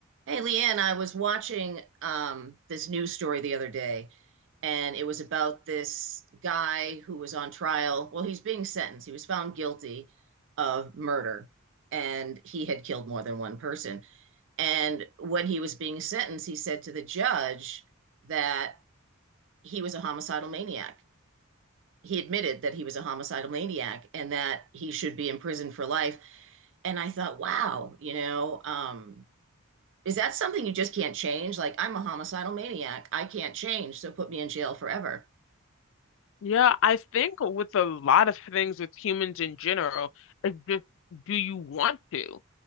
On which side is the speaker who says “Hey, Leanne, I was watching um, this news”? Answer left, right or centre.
Right